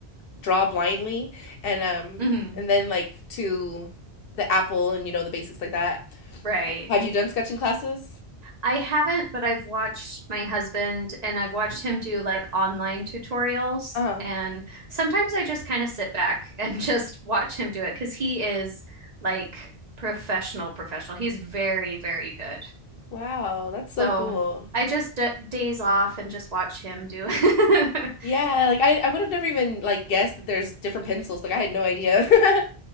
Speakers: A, on the left; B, on the right.
A: draw blindly and um
B: hmm
A: and then like to the apple and you know the basics like that.
B: Right.
A: Have you done sketching classes?
B: I haven't, but I've watched my husband and I've watched him do like online tutorials.
A: Uh-huh.
B: And sometimes I just kind of sit back and <laughs> just watch him do it because he is like professional, professional. He's very, very good.
A: Wow, that's
B: So
A: so cool.
B: I just d days off and just watch him do it. <laughs>
A: Yeah, like I I would have never even like guessed that there's different pencils. Like I had no idea. <laughs>